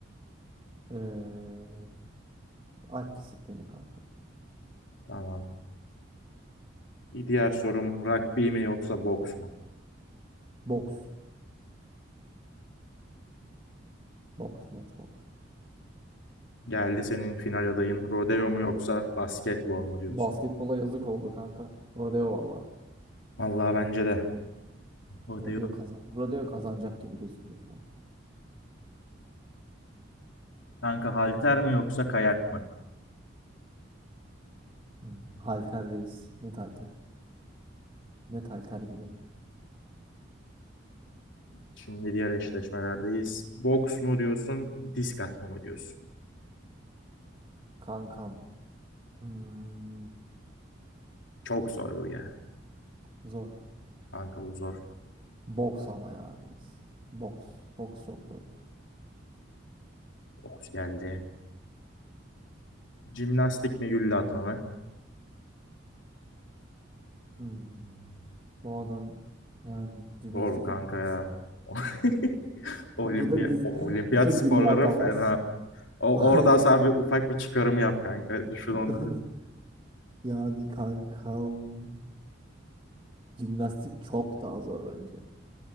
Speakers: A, on the right (about 25°); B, on the left (about 75°).
A: Ee, alp disiplini kanka.
B: Tamam. Bir diğer sorum rugby mi yoksa boks mu?
A: Boks. Boks, net boks.
B: Geldi senin final adayın rodeo
A: Yani
B: mu yoksa basketbol mu diyorsun?
A: basketbola yazık oldu kanka. Rodeo valla.
B: Vallahi bence de. Rodeo.
A: Rodeo kazan. Rodeo kazanacak gibi gözüküyor şu an.
B: Kanka halter mi yoksa kayak mı?
A: Hmm. Halter reis. Net halter. Net halter gibi.
B: Şimdi diğer eşleşmelerdeyiz. Boks mu diyorsun, disk atma mı diyorsun?
A: Kankam. Hmm,
B: Çok zor bu ya.
A: zor.
B: Kanka bu zor.
A: Boks ama ya reis. Boks. Boks çok zor.
B: Okus geldi. Jimnastik mi gülle atma mı?
A: Hmm. Bu adam yani jimnastik
B: Zor kanka
A: yapamaz.
B: ya. <laughs>
A: <laughs>
B: Olimpiya,
A: Bu da diz,
B: o-
A: <laughs>
B: olimpiyat
A: bu da gülle
B: sporları
A: atamaz.
B: fena.
A: <laughs>
B: O,
A: Aynen.
B: orada sana ufak bir çıkarım yap kanka. Düşün
A: <laughs>
B: onları.
A: Yani kankam jimnastik çok daha zor bence.